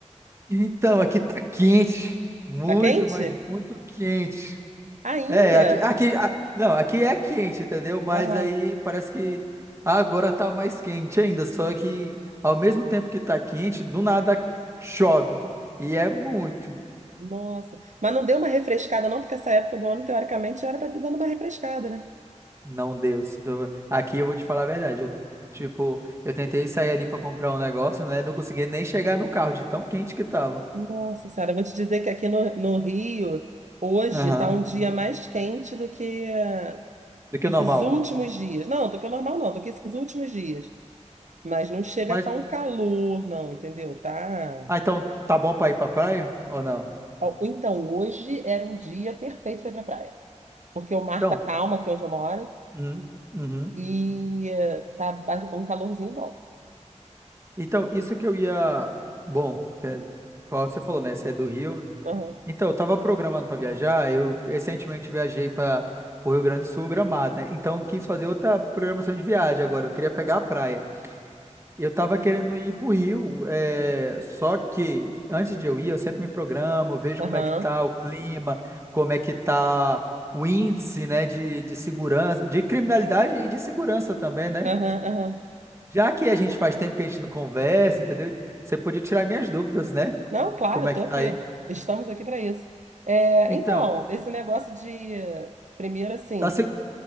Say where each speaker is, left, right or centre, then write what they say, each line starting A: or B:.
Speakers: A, on the right; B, on the right.
A: Então, aqui tá quente. Muito,
B: Tá quente?
A: mas muito quente.
B: Ainda?
A: É, aqui, aqui, a- não, aqui é quente, entendeu? Mas
B: Aham.
A: aí parece que agora tá mais quente ainda. Só que ao mesmo tempo que tá quente, do nada chove. E é muito.
B: Nossa. Mas não deu uma refrescada não, porque essa época do ano, teoricamente, já era para ter dado uma refrescada, né?
A: Não deu. se tu- Aqui eu vou te falar a verdade. Eu, tipo, eu tentei sair ali pra comprar um negócio, né? Não consegui nem chegar no carro de tão quente que tava.
B: Nossa senhora, eu vou te dizer que aqui no, no Rio, hoje
A: Aham.
B: está um dia mais quente do que eh,
A: Do que
B: esses
A: o normal.
B: últimos dias. Não, do que o normal não, do que esses últimos dias. Mas não chega
A: Mas,
B: a estar um calor, não, entendeu? Tá
A: ah, então tá bom pra ir pra praia ou não?
B: Ó, Então, hoje era um dia perfeito para ir pra praia. Porque o mar
A: Então,
B: tá calmo aqui onde eu moro
A: uhum, uhum.
B: e eh, tá ba- um calorzinho bom.
A: Então, isso que eu ia. Bom, que- é, qual você falou, né? Você é do Rio.
B: Aham,
A: Então, eu tava programando pra viajar. Eu recentemente viajei para pro Rio Grande do Sul, Gramado, né? Então, eu quis fazer outra programação de viagem agora. Eu queria pegar a praia. Eu tava querendo ir pro Rio, é, só que antes de eu ir, eu sempre me programo, vejo
B: aham,
A: como é que tá o clima, como é que tá o índice, né, de, de segurança, de criminalidade e de segurança também, né?
B: aham. aham.
A: Já que a gente faz tempo que a gente não conversa, entendeu? Você podia tirar minhas dúvidas, né?
B: Não, claro,
A: De como é
B: tô
A: que
B: aqui.
A: tá aí.
B: Estamos aqui para isso. É,
A: Então,
B: então, esse negócio de, eh, primeiro assim,
A: tá se-